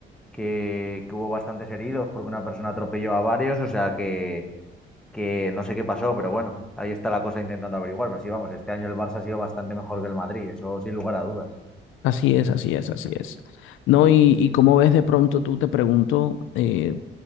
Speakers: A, in the centre; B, on the left.
A: que, que hubo bastantes heridos porque una persona atropelló a varios, o sea que, que no sé qué pasó, pero bueno, ahí está la cosa intentando averiguar. Pero sí, vamos, este año el Barça ha sido bastante mejor que el Madrid, eso sin lugar a dudas.
B: Así es, así es, así es. No, y, y cómo ves de pronto, tú te pregunto, eh,